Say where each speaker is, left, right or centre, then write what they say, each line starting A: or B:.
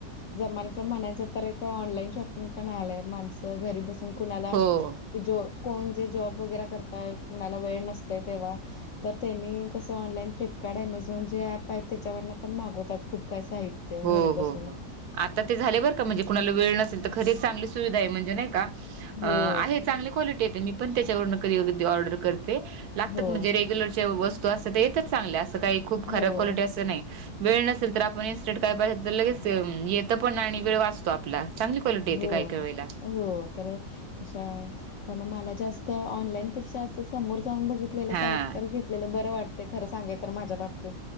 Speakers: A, on the left; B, on the right.
A: जमाण्याच म्हणायचं तर एक ऑनलाईन शॉपिंग पण आलाय माणसं घरी बसून कुणाला
B: हो
A: ज कोण जे जॉब वगैरे करताय कुणाला वेळ नसते तेव्हा तर त्यांनी कसं ऑनलाईन फ्लिपकार्ट, अमेझॉन, जे ऍप आहेत. त्याच्यावरन पण मागवतात खूप काही साहित्य.
B: हो
A: घरी
B: हो
A: बसून
B: हो, आता ते झाले बरं का म्हणजे कुणाला वेळ नसेल तर खरीच चांगली सुविधा आहे म्हणजे नाही का?
A: हो
B: आहे चांगली क्वालिटी य मी पण त्याच्यावर कधीकधी ऑर्डर करते. लागतात
A: हो
B: म्हणजे रेग्युलरच्या वस्तू असतात ते येतच चांगल्या असं काही खूप खराब
A: हो
B: क्वालिटी असं नाही. वेळ नसेल तर आपण इन्स्टंट काय पाहिजे तर लगेच येतं पण आणि वेळ वाचतो आपला. चांगली कॉलिटी येते
A: हो.
B: काही काही वेळेला.
A: हो, तर, तशा, पण मला जास्त ऑनलाईन पेक्षा समोर जाऊन बघितलेलं
B: हा
A: काय तर घेतलेलं बरं वाटतेय खरं सांगे तर माझ्या बाबतीत.